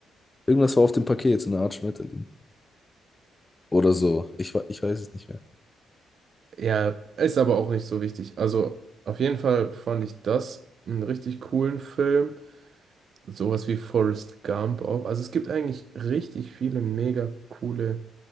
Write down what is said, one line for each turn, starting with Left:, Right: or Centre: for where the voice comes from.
Left: Irgendwas war auf dem Paket, so eine Art Schmetterling. Oder so. Ich, we- ich weiß es nicht mehr.
Right: Ja, ist aber auch nicht so wichtig. Also auf jeden Fall fand ich das einen richtig coolen Film. Sowas wie Forrest Gump auch. Also es gibt eigentlich richtig viele mega coole